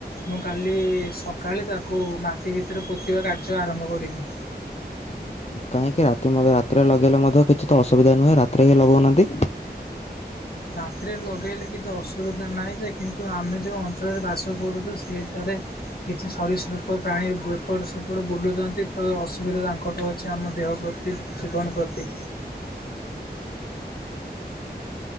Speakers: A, on the left; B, on the left.
A: ମୁଁ କାଲି ସକାଳେ ତାକୁ ମାଟି ଭିତରେ ପୋତିବା କାର୍ଯ୍ୟ ଆରମ୍ଭ କରିବି।
B: କାହିଁକି ରାତି ମ ରାତିରେ ଲଗେଇଲେ ମଧ୍ୟ କିଛି ତ ଅସୁବିଧା ନୁହେଁ ରାତିରେ ହିଁ ଲଗଉନାହାନ୍ତି।
A: ରାତିରେ ଲଗେଇଲେ କିଛି ଅସୁବିଧା ନାହିଁ ଯେ କିନ୍ତୁ ଆମେ ଯେଉଁ ଅଞ୍ଚଳରେ ବାସ କରୁଛୁ ସେଇଟାରେ କିଛି ସରିସୃପ ପ୍ରାଣୀ ଏ ଏପଟ ସେପଟ ବୁଲୁଛନ୍ତି ତ ଅସୁବିଧା ତାଙ୍କଠୁ ଅଛି ଆମ ଦେହ ପ୍ରତି ତିି ଜୀବନ ପ୍ରତି।